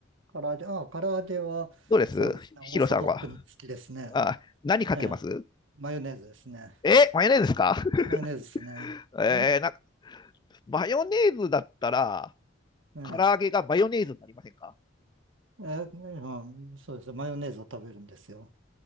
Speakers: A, on the right (about 70°); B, on the left (about 20°).
A: 唐揚げ、ああ、唐揚げは、
B: どうですヒロさんは。
A: そうですね。オーソドックに好きですね。
B: あ、何かけます
A: ええ、マヨネーズですね。
B: え、マヨネーズですか
A: マヨネーズですね。
B: <laughs> えー、
A: <laughs>
B: なんか、マヨネーズだったら、
A: ええ、
B: 唐揚げがマヨネーズになりませんか
A: ええ、うんそうですよ。マヨネーズを食べるんですよ。